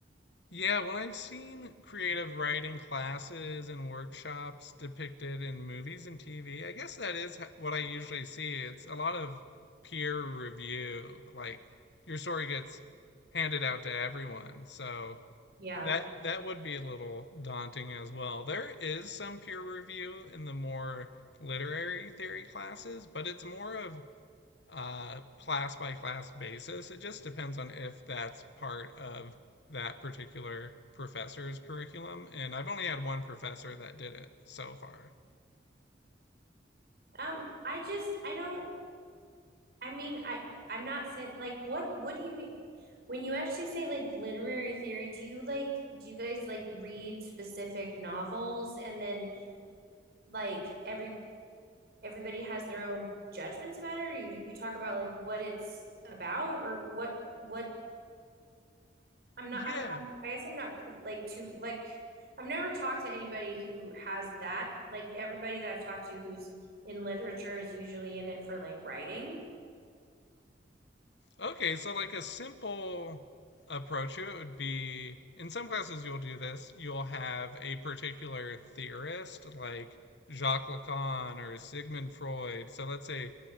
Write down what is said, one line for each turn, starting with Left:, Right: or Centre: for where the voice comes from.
Left: Yeah, when I've seen creative writing classes and workshops depicted in movies and TV, I guess that is h- what I usually see. It's a lot of peer review. Like your story gets handed out to everyone. So
Right: yeah
Left: that that would be a little daunting as well. There is some peer review in the more literary theory classes, but it's more of uh, class by class basis. It just depends on if that's part of that particular professor's curriculum. And I've only had one professor that did it so far.
Right: um i just i don't I mean, I I'm not saying like what what do you mean when you actually say like literary theory, do you like do you guys like read specific novels and then like every everybody has their own judgments about it or you you talk about like what it's about or what what I'm not
Left: Yeah,
Right: I'm, I'm I guess I'm not like too like I've never talked to anybody who has that like everybody that I've talked to who's in literature is usually in it for like writing.
Left: Okay, so like a simple approach to it would be in some classes you'll do this. You'll have a particular theorist like Jacques Lacan or Sigmund Freud. So let's say